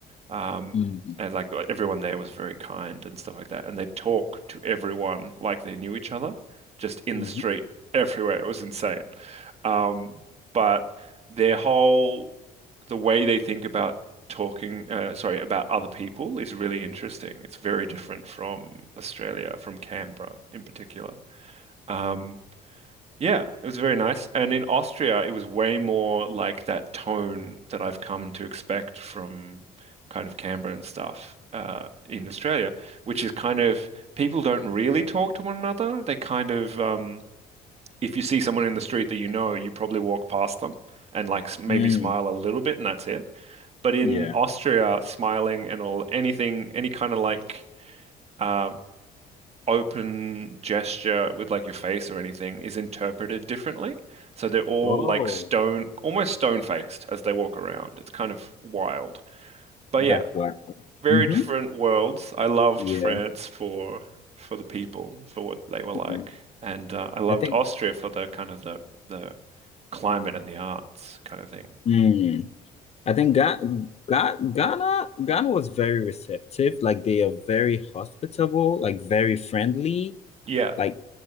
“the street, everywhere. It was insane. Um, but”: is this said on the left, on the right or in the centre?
Right